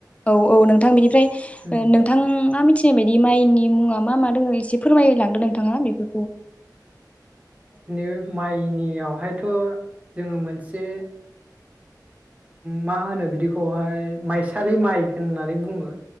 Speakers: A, on the left; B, on the right.
A: औ औ नोंथां बेनिफ्राय
B: उम
A: नोंथाङा मि थिनाय बायदि माइनि मुङा मा मा दङ एसे फोरमायलांदों नोंथाङा बेफोर
B: नै माइनियाव बेहायथ जोङो मोनसे मा होनो बिदिखौहाय माइसालि माइ होननानै बुङो।